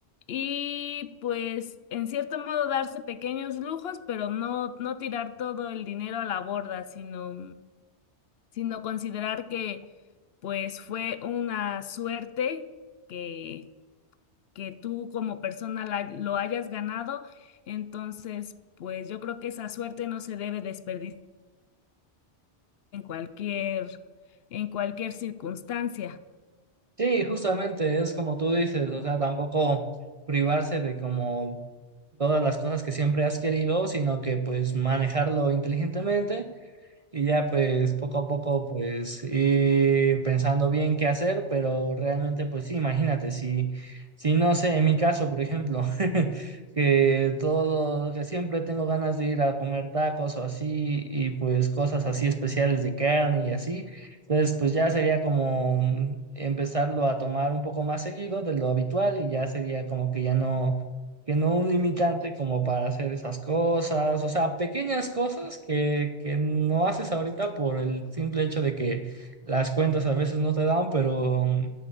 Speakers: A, on the left; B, on the right.
A: y pues en cierto modo darse pequeños lujos, pero no, no tirar todo el dinero a la borda, sino, sino considerar que pues fue una suerte que que tú como persona la- lo hayas ganado. Entonces, pues yo creo que esa suerte no se debe desperdiciar en cualquier, en cualquier circunstancia.
B: Sí, justamente es como tú dices, o sea, tampoco privarse de como todas las cosas que siempre has querido, sino que pues manejarlo inteligentemente Y ya pues poco a poco pues ir pensando bien qué hacer, pero realmente pues sí, imagínate, si, si no sé, en mi caso, por ejemplo, <laughs> que todo, que siempre tengo ganas de ir a comer tacos o así, y pues cosas así especiales de carne y así, entonces pues ya sería como mm, empezarlo a tomar un poco más seguido de lo habitual y ya sería como que ya no que no un limitante como para hacer esas cosas, o sea, pequeñas cosas que, que no haces ahorita por el simple hecho de que las cuentas a veces no te dan, pero,